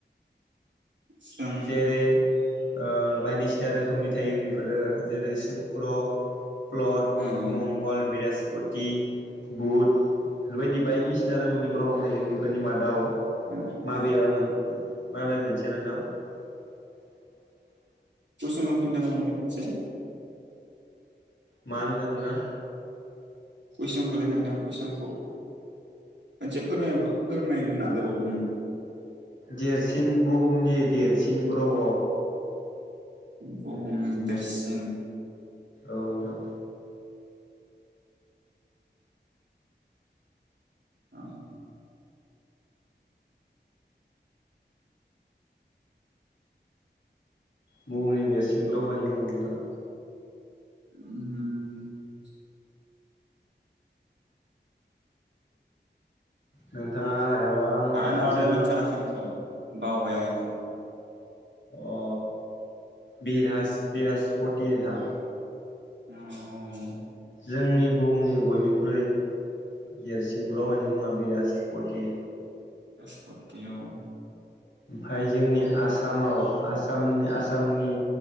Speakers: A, on the right (about 75°); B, on the left (about 90°).
A: सों
B: जेरै ओ बायदिसिना रोखोमनि थायो बेफोरो जेरै सुक्र' प्लद
A: औ
B: मंगल बृहसपति बुट बेफोर बायदि बायदिसिना रोखोमनि ग्रह' थायो बेफ बेफोरनि मादाव
A: औ
B: माबेया
A: औ
B: मोन <unintelligible> मोनसे <unintelligible>
A: <unintelligible> मोनलाय खनसे
B: मा होनदों नोंथां
A: कुइसनखौलै नोंथां कुइसनखौ मोनसे फोरमायबा फोर नायनो नाजाबावगोन उम
B: देरसिन बुहुमनि देरसिन ग्रह'
A: बुहुमनि देरसिन
B: औ नोंथां।
A: आ
B: बुहुमनि देरसिन ग्रहनि मुं नोंथां
A: उम
B: नोंथाङा हायाबा आं
A: हानाय
B: खोन्थानोसै
A: नंङालै नोंथां आं इखौ। बावबाय आं इखौ।
B: अ बिराज बिराजपटि नोंथां।
A: उम।
B: जोंनि बुहुमनि बयनिख्रुइ देरसि ग्रहनि मुङा बेरासपटि।
A: बेरासपटि औ।
B: ओमफ्राय जोंनि आसामाव आसामनि आ आसामनि